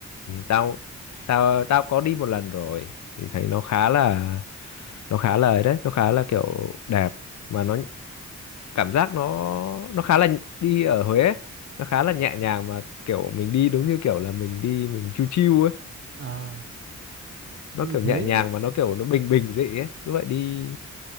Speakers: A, on the left; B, on the right.
A: tao tao tao có đi một lần rồi thì thấy nó khá là nó khá là ấy đấy nó khá là kiểu đẹp mà nó cảm giác nó nó khá là nh- đi ở Huế ấy, nó khá là nhẹ nhàng mà kiểu mình đi đúng như kiểu là mình đi mình chill chill ấy
B: À, nhưng
A: nó kiểu
B: mà Huế,
A: nhẹ nhàng mà nó kiểu nó bình bình dị ấy cứ vậy đi